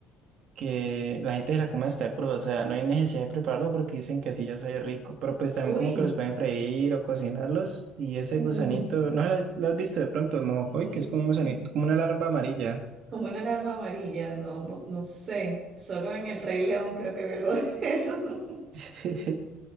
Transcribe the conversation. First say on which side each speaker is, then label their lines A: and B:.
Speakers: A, on the right (about 55°); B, on the right (about 35°).
A: que la gente se la come hasta cruda, o sea, no hay necesidad de prepararlo porque dicen que así ya sabe rico. Pero pues también
B: <laughs>
A: como
B: Uy.
A: que los pueden freír o cocinarlos. Y ese
B: mm,
A: gusanito, ¿no lo has, lo has visto de pronto, el mojojoy,
B: mm,
A: que es como un gusanito,
B: mm.
A: como una larva amarilla?
B: Como una alarma amarilla, no, no, no sé. Solo en El Rey León creo que vi algo de eso. <laughs>
A: <laughs>